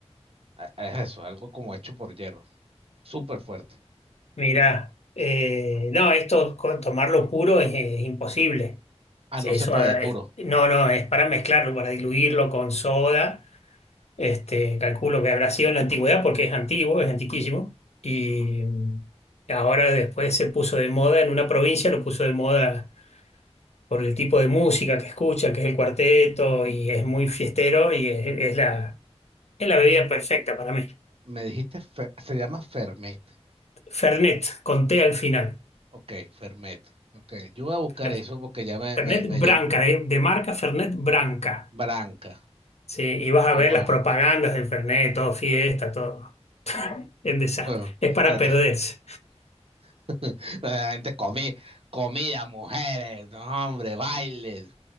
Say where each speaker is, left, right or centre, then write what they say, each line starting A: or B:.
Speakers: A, on the right (about 55°); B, on the left (about 70°).
A: a- a eso, algo como hecho por hierba, súper fuerte.
B: Mirá, eh, no, esto co- tomarlo puro es, es imposible.
A: Ah, no
B: Eso
A: se puede,
B: ah,
A: Turo.
B: es- no, no, es para mezclarlo, para diluirlo con soda. Este, calculo que habrá sido en la antigüedad porque es antiguo, es antiquísimo. Y mm, ahora después se puso de moda en una provincia, lo puso de moda por el tipo de música que escucha, que es el cuarteto y es muy fiestero y es, es la, es la bebida perfecta para mí.
A: Me dijiste, fe- se llama Fermet.
B: Fernet, con té al final.
A: Ok, Fermet. Ok, yo voy a buscar
B: Fer-
A: eso porque ya me, me,
B: Fernet
A: me llama
B: Branca, de, de marca Fernet Branca.
A: Branca.
B: Sí, y vas a
A: Ah,
B: ver
A: bueno.
B: las propagandas del Fernet, todo fiesta, todo. en desastre.
A: Bueno,
B: Es para
A: Esto-
B: perderse.
A: <laughs> La gente comí, comida, mujeres, no, hombre, bailes.